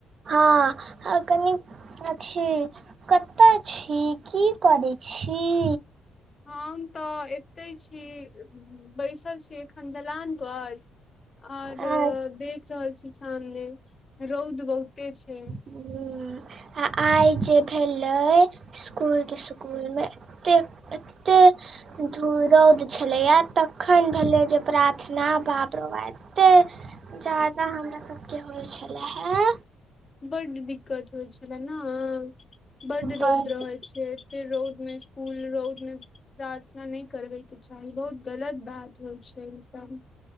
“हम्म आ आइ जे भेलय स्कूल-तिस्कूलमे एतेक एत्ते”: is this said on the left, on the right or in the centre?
Right